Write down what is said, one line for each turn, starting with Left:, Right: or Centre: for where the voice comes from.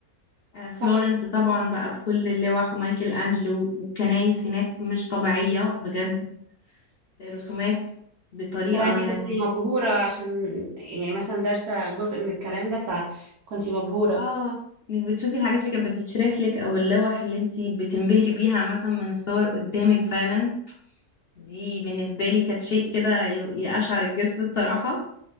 Left: آه، فلورنس
Right: تحفة
Left: طبعا بقى بكل اللوح ومايكل أنجلو والكنايس هناك مش طبيعية بجد رسومات بطريقة
Right: طبعا انتي
Left: يعني
Right: كنت مبهورة عشان يعني مثلا دارسة جزء من الكلام ده فكنتي مبهورة
Left: اه انك بتشوفي الحاجات اللي كانت بتتشرح لك او اللوح اللي انتي بتنبهري بيها عامة من الصور قدامك فعلا دي بالنسبة لي كانت شيء كده ي- يقشعر الجسم الصراحة